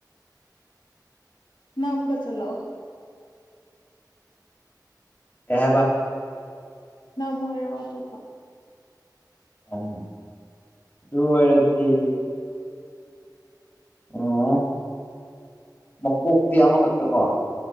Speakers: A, on the left (about 90°); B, on the left (about 25°).
A: ꯅꯪ ꯑꯃꯨꯛꯀ ꯆꯠꯂꯣ
B: ꯀꯩ ꯍꯥꯏꯕ
A: ꯅꯪ ꯑꯃꯨꯛ ꯍꯥꯏꯔꯛꯑꯣ ꯑꯇꯣꯞꯄ
B: ꯑꯥ ꯑꯗꯨ ꯂꯣꯏꯔꯗꯤ ꯑꯣ ꯃꯀꯣꯛꯇꯤ ꯑꯃ ꯈꯛꯇꯀꯣ